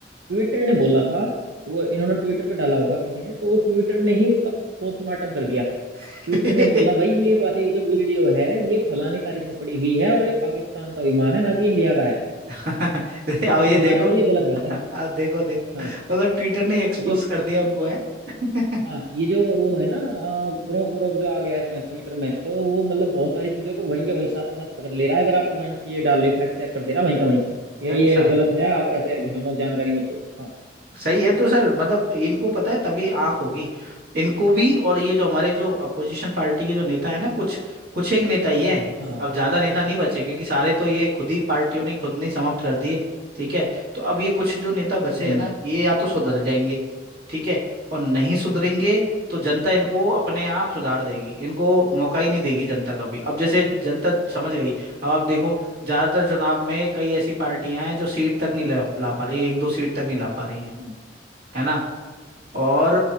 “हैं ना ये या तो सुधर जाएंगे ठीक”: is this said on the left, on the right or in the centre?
Right